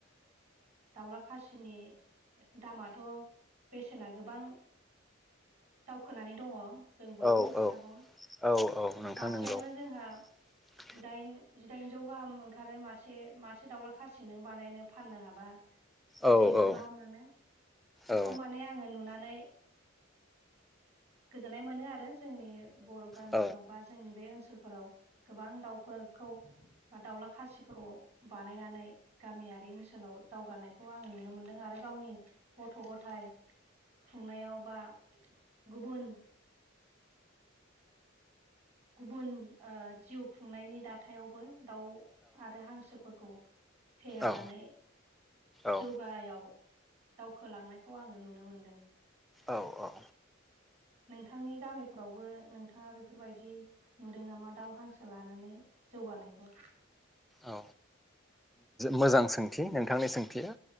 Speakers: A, on the right; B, in the centre.
A: दाउला खासिनि दामाथ' बेसेना गोबां दावखोनानै दङ जों बयबो
B: औ
A: मिथिखागौ
B: औ औ औ नोंथां
A: मासेयावनो
B: नंगौ
A: जोंहा
B: <inaudible>
A: जिदाइन जिदाइनजौ गाहाम ओंखारो मासे मासे दाउला खासि नों बानायनो फाननो हाबा जिदाइनजौ
B: औ औ।।
A: गाहाम मोनो बेखौ
B: औ
A: माने आङो नुनानै गोजोननाय मोनो आरो जोंनि बर' गामिफ्राव
B: औ
A: बा जोंनि बे ओनसोलाव ओनसोलफोराव गोबां दाउफोरखौ बा दाउला खासिखौ बानायनानै गामियारि ओनसोलाव दावगानाय खौ आङो नुनो मोनदों आरो गावनि गथ' गथाय खुंनायाव बा गुबुन गुबुन ओ जिउ खुंनायनि दाथायावबो दाउ आरो हांसोफोरखौ फेहेरनानै
B: औ औ
A: जौगानायाव दावखोलांनायखौ आङो नुनो मोनदों।
B: औ औ।
A: नोंथांनि गामिफोरावबो नोंथाङा बेफोरबायदि नुदों नामा दाउ हांसो लानानै जौगानायखौ
B: औ मोजां सोंथि नोंथांनि सोंथिया